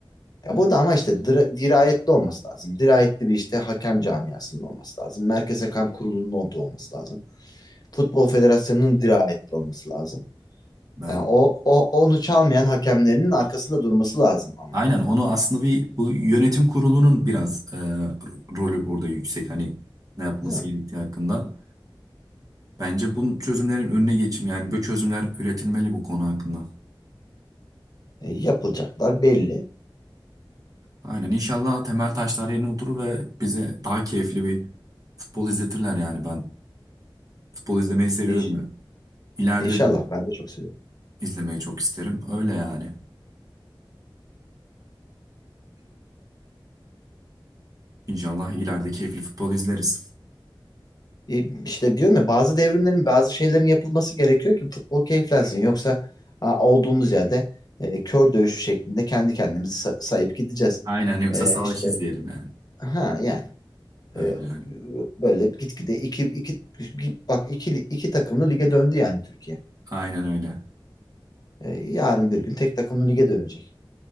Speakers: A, on the left (about 50°); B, on the right (about 45°).
A: Ya burada ama işte dira- dirayetli olması lazım. Dirayetli bir işte hakem camiasının olması lazım. Merkez Hakem Kurulu'nun orada olması lazım. Futbol Federasyonu'nun dirayetli olması lazım.
B: Ben
A: Yani o, o onu çalmayan hakemlerinin arkasında durması lazım ama
B: aynen
A: yani.
B: onu aslında bir bu yönetim kurulunun biraz e, rolü burada yüksek. Hani ne
A: Değil
B: yapması
A: mi?
B: gerektiği hakkında. Bence bunun çözümlerin önüne geçim yani böyle çözümler üretilmeli bu konu hakkında.
A: E, yapılacaklar belli.
B: Aynen inşallah temel taşlar yerine oturur ve bize daha keyifli bir futbol izletirler yani. Ben futbol izlemeyi seviyorum.
A: İş,
B: ya. İleride
A: inşallah
B: de
A: ben de çok seviyorum.
B: izlemeyi çok isterim. Öyle yani. İnşallah ileride keyifli futbol izleriz.
A: E, işte diyorum ya bazı devrimlerin bazı şeylerin yapılması gerekiyor ki futbol keyiflensin. Yoksa ha, olduğumuz yerde e, kör dövüşü şeklinde kendi kendimizi sa- sayıp gideceğiz.
B: Aynen yoksa
A: E,
B: savaş
A: işte
B: izleyelim yani.
A: ha yani.
B: Öyle
A: E,
B: yani.
A: böyle gitgide iki, iki, bir- bak iki, iki takımlı lige döndü yani Türkiye.
B: Aynen öyle.
A: E, yarın bir gün tek takımlı lige dönecek.